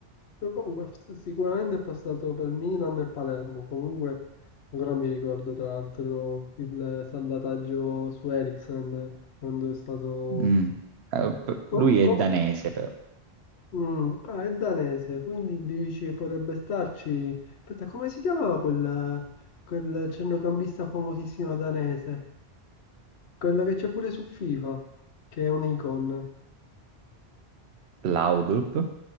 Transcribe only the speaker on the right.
Mm. Eh, p-
lui è
danese, però.
Laudrup?